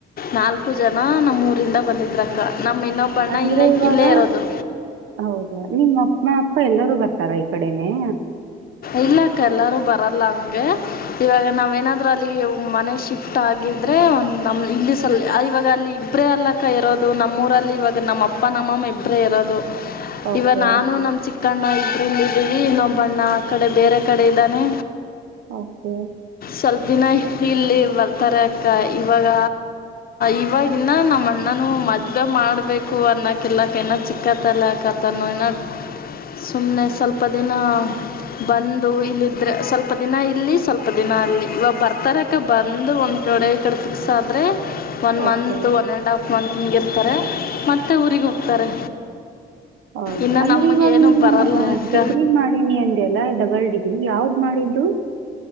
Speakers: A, on the left; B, on the right.
A: ನಾಲ್ಕು ಜನ ನಮ್ಮ ಊರಿಂದ ಬಂದಿದ್ರಕ್ಕ ನಮ್ಮ ಇನ್ನೊಬ್ಬ ಅಣ್ಣ
B: ಅಂದ್ರೆ
A: ಇಲ್ಲೇ
B: ಇವಾಗ
A: ಇಲ್ಲೇ ಇರೋದು
B: ಹೌದಾ ನಿಮ್ಮ ಅಪ್ಪ ಎಲ್ಲರೂ ಬರ್ತಾ ರಾ ಈ ಕಡೆನೆೇ
A: ಇಲ್ಲಕ್ಕ ಎಲ್ಲರೂ ಬರಲ್ಲ ಹಂಗೆ ಇವಾಗ ನಾವೇನಾದ್ರೂ ಅಲ್ಲಿಗೆ ಮನೆ ಶಿಫ್ಟ್ ಆಗಿದ್ರೆ ಒಂದು ನಮ್ಮ ಇಲ್ಲಿ ಸಲ್ ಇವಾಗ ಅಲ್ಲಿ ಇಬ್ಬರೇ ಅಲ್ಲಕ್ಕ ಇರೋದು ನಮ್ಮೂಊರಲ್ಲಿ ಇವಾಗ ನಮ್ಮ ಅಪ್ಪ ನಮ್ಮಮ್ಮ ಇಬ್ಬರೇ ಇರೋದು
B: ಓಕೆ
A: ಇವಾಗ ನಾನು ನಮ್ಮ ಚಿಕ್ಕಣ್ಣ ಇಬ್ಬರೇ ಇಲ್ಲಿ ಇದೀವಿ ಇನ್ನೊಬ್ಬ ಅಣ್ಣ ಈ ಕಡೆ ಬೇರೆ ಕಡೆ ಇದ್ದಾನೆ
B: ಓಕೆ
A: ಸ್ವಲ್ಪ ದಿನ ಇಲ್ಲಿ ಬರ್ತಾರೆ ಅಕ್ಕ ಇವಾಗ ಇವಾಗಿನ ನಮ್ಮ ಅಣ್ಣನಿಗೆ ಮದುವೆ ಮಾಡಬೇಕು ಇನ್ನ ಚಿಕ್ಕ ಕಲ್ಯಕತನ ಅಂಥ ಇನ್ನ ಸ್ವಲ್ಪ ದಿನ. ಬಂದು ಇಲ್ಲಿದ್ದರೆ ಸ್ವಲ್ಪ ದಿನ ಇಲ್ಲಿ ಸ್ವಲ್ಪ ದಿನ ಅಲ್ಲಿ ಇವಾಗ ಬರ್ತಾರಕ್ಕ ಬಂದು ಒಂದು ಕಡೆ ಈ ಕಡೆ ಫಿಕ್ಸ್ ಆದರೆ one
B: okay
A: month one and half month ಇರ್ತಾರೆ ಮತ್ತೆ ಊರಿಗೆ ಹೋಗ್ತಾರೆ
B: ಹೌದು
A: ಇನ್ನು
B: ಅಂದ್ರೆ
A: ನಮಗೇನು
B: ಇವಾಗ ನೀನು
A: ಬರಲ್ಲ ಅಕ್ಕ
B: ಡಿಗ್ರಿ ಮಾಡಿನಿ ಅಂದಲ್ಲ ಡಬಲ್ ಡಿಗ್ರಿ ಯಾವ್ದ್ ಮಾಡಿದ್ದು